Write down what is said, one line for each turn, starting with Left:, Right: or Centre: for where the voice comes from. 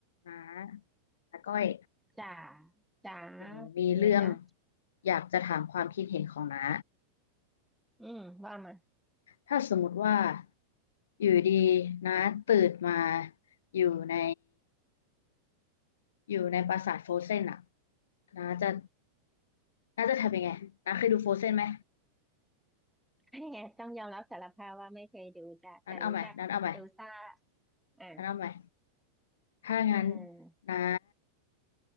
Left: น้าน้าก้อย
Centre: จ๋าจ๋า
Left: หนูมีเรื่อง
Centre: มีอะไรจ๊ะ
Left: อยากจะถามความคิดเห็นของน้า
Centre: อืมว่ามา
Left: ถ้าสมมติว่าอยู่ดีน้าตื่นมาอยู่ในอยู่ในปราสาทโฟรเซนอะน้าจะน้าจะทำยังไงน้าเคยดูโฟรเซนไหม
Centre: <laughs> ต้องยอมรับสารภาพว่าไม่เคยดูจ้ะแต่รู้จักเอลซ่า
Left: น้าเอาใหม่น้าเอาใหม่
Centre: อ่า
Left: น้าเอาใหม่ถ้างั้น
Centre: อืม
Left: น้า